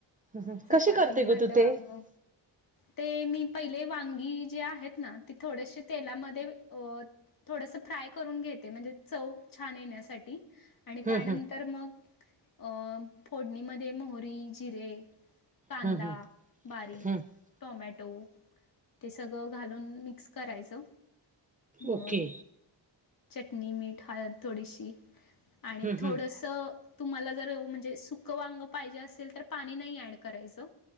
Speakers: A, on the right; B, on the left.
A: हम्म हम्म
B: चपाती
A: कशी करते ग
B: भरलं
A: तू ते
B: वांग
A: हम्म
B: ते मी पहिले वांगी जे आहेत ना तेी थोडेसे तेलामध्ये अ थोडस फ्राय करून घेते म्हणजे चव छान येण्यासाठी आणि त्यानंतर
A: हम्म
B: मग अ फोडणीमध्ये मोहरी जिरे. कांदा
A: हम्म हम्म हम्म
B: बारीक
A: हम्म
B: टोमॅटो ते सगळं घालून मिक्स करायचं मग
A: ओके
B: चटणी मीठ. हळद थोडीशी आणि
A: हम्म
B: थोडंसं.
A: हम्म
B: तुम्हाला जर म्हणजे सुकं वांग पाहिजे, असेल तर पाणी नाही ऍड करायचं.